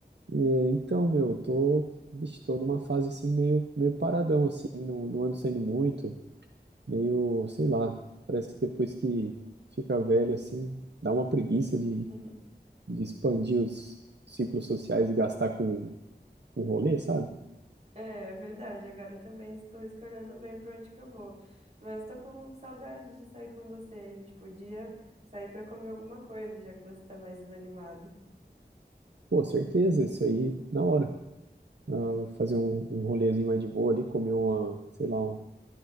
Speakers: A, on the right; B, on the right.
A: É, então, meu, eu tô, vixe, tô numa fase assim meio, meio paradão, assim, não, não ando saindo muito, meio, sei lá, parece que depois que fica velho, assim, dá uma preguiça de,
B: <laughs>
A: de expandir os ciclos sociais e gastar com, com rolê, sabe?
B: É, verdade, agora eu também estou escolhendo bem para onde que eu vou. Mas estou com saudade de sair com você. A gente podia sair para comer alguma coisa, já que você está mais desanimado.
A: Pô, certeza, isso aí na hora. Ah, fazer um, um rolezinho mais de boa ali, comer uma, sei lá, um,